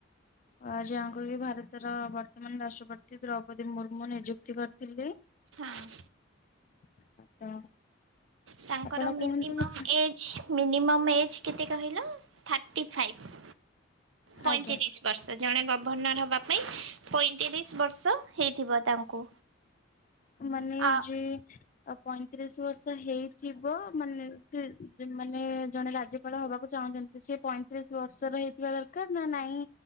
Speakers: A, on the left; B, on the right.
A: ଅ ଯାହାଙ୍କୁ କିି ଭାରତର ବର୍ତ୍ତମାନ ରାଷ୍ଟ୍ରପତି ଦ୍ରୌପଦୀ ମୁର୍ମୁ ନିଯୁକ୍ତି କରିଥିଲେ।
B: ହଁ
A: ତ
B: ତାଙ୍କର
A: ଆପଣ
B: ମିନିମମ୍
A: କୁହନ୍ତୁ କିଛି
B: ଏଜ୍ ମିନିମମ୍ ଏଜ୍ କେତେ କହିଲ ଥାର୍ଟି ଫାଇଭ୍। ପଇଁତିରିଶ
A: ଆଜ୍ଞା
B: ବର୍ଷ ଜଣେ ଗଭର୍ଣ୍ଣର ହ ବା ପାଇଁ ପଇତିରିଶ ବର୍ଷ ହେଇଥିବ ତାଙ୍କୁ।
A: ମାନେ
B: ଆ
A: ଯେ ଆ ପଇଁତିରିଶ ବର୍ଷ ହେଇଥିବ ମାନେ ସେ ମାନେ ଜଣେ ରାଜ୍ୟପାଳ ହବାକୁ ଚାହୁଁଛନ୍ତି ସେ ପଇଁତିରିଶ ବର୍ଷର ହେଇଥିବା ଦରକାର ନା ନାଇଁ